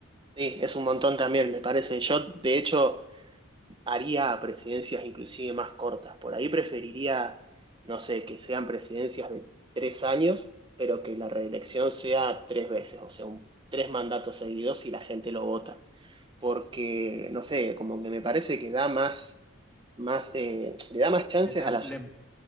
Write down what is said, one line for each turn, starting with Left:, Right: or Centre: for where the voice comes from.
Right: Sí, es un montón también, me parece. Yo, de hecho, haría presidencias inclusive más cortas. Por ahí preferiría, no sé, que sean presidencias de tres años, pero que la reelección sea tres veces, o sea, un- tres mandatos seguidos y la gente lo vota. Porque, no sé, como que me parece que da más, más, eh, le da más chances
Centre: Le da-
Right: a la...
Centre: le-
Right: so-